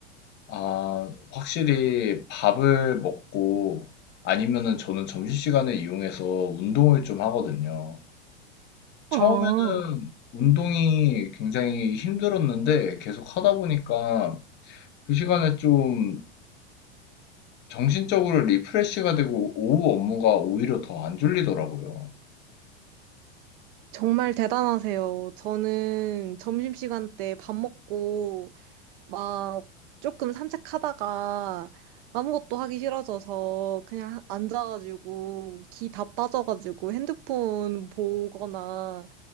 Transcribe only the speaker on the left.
아, 확실히 밥을 먹고 아니면은 저는 점심시간을 이용해서 운동을 좀 하거든요. 처음에는
운동이 굉장히 힘들었는데 계속 하다 보니까 그 시간에 좀 정신적으로 리프레시가 되고 오후 업무가 오히려 더 안 졸리더라고요.